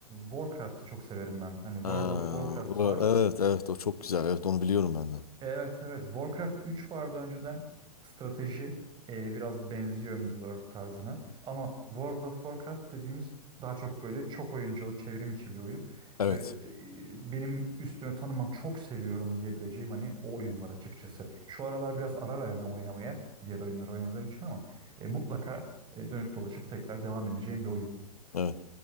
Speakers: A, on the right (about 25°); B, on the left (about 70°).
A: Warcraft'ı çok severim ben. Hani World
B: Ha,
A: of Warcraft
B: o-
A: var.
B: evet evet o çok güzel. Evet onu biliyorum ben de.
A: Evet evet. Warcraft 3 vardı önceden. Strateji e, biraz da benziyor Middle-earth tarzına. Ama World of Warcraft dediğimiz daha çok böyle çok oyunculu, çevrim içi bir oyun.
B: Evet.
A: Ve e, benim üstüne tanımam çok seviyorum diyebileceğim hani o oyun var açıkçası. Şu aralar biraz ara verdim oynamaya diğer oyunları oynadığım için ama e, mutlaka e, dönüp dolaşıp tekrar devam edeceğim bir oyun.
B: Evet.